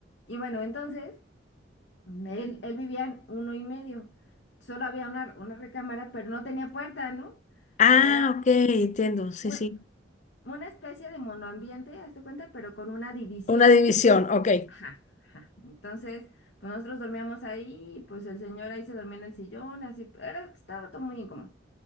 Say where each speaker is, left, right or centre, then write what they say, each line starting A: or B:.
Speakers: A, on the left; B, on the left.
A: y bueno, entonces él, él vivía en uno y medio. Solo había una, una recámara, pero no tenía puerta, ¿no?
B: Ah,
A: Era
B: ok, entiendo, sí,
A: un-
B: sí.
A: una especie de monoambiente, hazte cuenta, pero con una división.
B: Una división, ok.
A: Ajá, ajá. Entonces, pues nosotros dormíamos ahí, pues el señor ahí se dormía en el sillón, así, era, estaba todo muy incómodo.